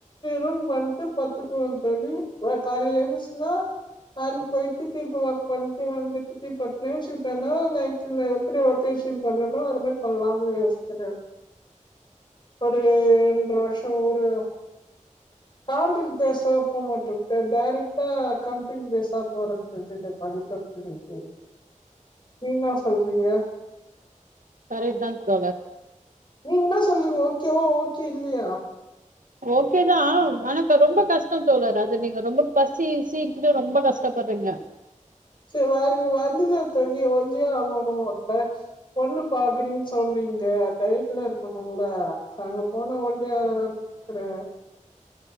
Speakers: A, on the left (about 35°); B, on the right (about 80°).
A: ரூம் வண்டு பத்துக்குவம் தோலி <unintelligible> காளைக் போயிட்டு தீர்பி ஒர்க் பண்ணிட்டு வந்துட்டு திரிப்பின் மேன்ஷ்ன் தேடன நைடுல எப்படி ஒருட்டேஷூன் பண்ணனோ அத மாரி பண்ணல இப்போ ஒரு இரண்டர வருஷோ ஒரு கவுண்ட்ர் பேஸ்டா போக மாட்டும் டைரெக்டா கம்பெனி பேஸ்சா போறேன்து இந்த பள்ளிய கம்பெனிக்கு நீன சொல்றீங்க
B: சரி தான் தோலர்
A: நீங்கலே சொல்லுங்க ஓகேவ ஓகே இல்லையா
B: ஓகேதா ஆனக்கு ரொம்ப கஷ்டோ தோழற் அது நீங்க ரொம்ப பசி கிசிங்க ரொம்ப கஷ்டப்படுறிங்க
A: சரிங்க <unintelligible> ஆகணும் வந்த பொண்ணு பாக்குறீங்கு சொல்றீங்க டயட்ல இருக்கணும்ல சோ அங்க போனா <unintelligible> அகலக்கிறேன்